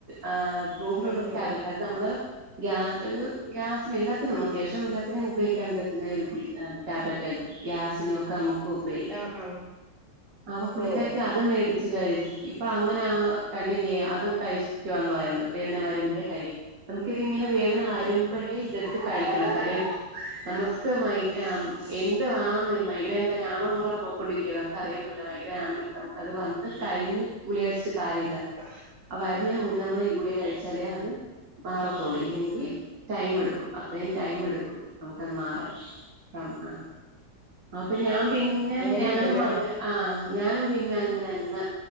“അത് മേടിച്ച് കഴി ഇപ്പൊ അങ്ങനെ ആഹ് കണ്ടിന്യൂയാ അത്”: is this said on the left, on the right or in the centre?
Right